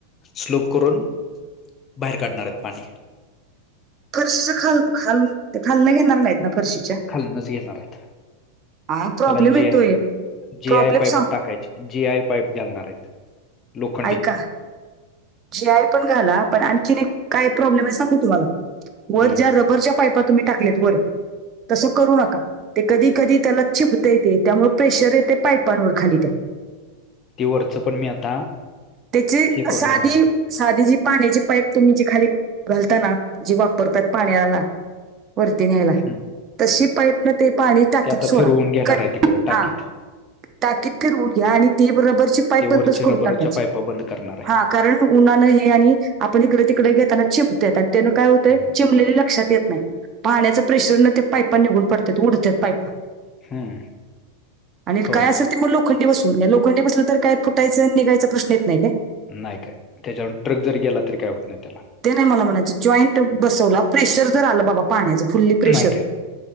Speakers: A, on the left; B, on the right.
A: स्लोप करून, बाहेर काढणारयत पाणी.
B: फरशीचा खाल- खालून, ते खालनं घेणार नाहीत ना, फरशीच्या?
A: खालणच घेणारायत.
B: हा प्रॉब्लेम
A: त्याला जी
B: येतोय
A: आय, जी
B: प्रॉब्लेम
A: आय पाईप
B: सांग
A: टाकायचे. जी आय पाईप घालणारयत. लोखंडी.
B: ऐका जी आय पण घाला. पण आणखीन एक, काय प्रॉब्लेमय? सांगू तुम्हाला? वर
A: हम्म.
B: ज्या रबरच्या पायपा, तुम्ही टाकलेत वर. तसं, करू नका. ते कधी - कधी त्याला चिबतय ते. त्यामुळे प्रेशर येतय पायपांवर खाली त्या.
A: ती वरचं पण मी आता.
B: त्याची
A: ही, करून
B: साधी
A: घेणाराय.
B: साधी जी पाण्याची पाईप, तुम्ही जी खाली घालता ना. जी वापरतात पाण्याला. वरती घ्यायला.
A: हम्म.
B: तशी पाईपन, ते पाणी टाकीत
A: ते आता
B: सोडा.
A: फिरवून घेणार
B: का
A: आहे तिकडं
B: <unintelligible>
A: टाकीत
B: हा. टाकीत फिरवून घ्या. आणि ती रबरची पाईप
A: ते
B: बंदच
A: वरचे
B: करून
A: रबरच्या
B: टाकायची.
A: पाईपा बंद करणार आहे
B: हा. कारण उन्हानं हे, आणि आपण इकडे - तिकडे घेताना, चिंबत्यात. त्यानं काय होतय.
A: हम्म
B: चिमलेले लक्षात येत नाही. पाण्याच प्रेशर न ते पायपा निघून पडतात. उडतात पायपा.
A: हम्म.
B: आणि
A: हो
B: काय असं ती मग लोखंडी बसवून घ्या. लोखंडी बसलं तर काय फुटायंचं, निघायचा प्रश्न येत नाही. काय?
A: नाही काय. त्याच्यावर ट्रक जर गेला, तरी काय होत नाही त्याला.
B: ते नाही मला म्हणायचं. जॉईंट बसवला. प्रेशर जर आलं बाबा पाण्याचं. फुल्ली प्रेशर
A: नाही काय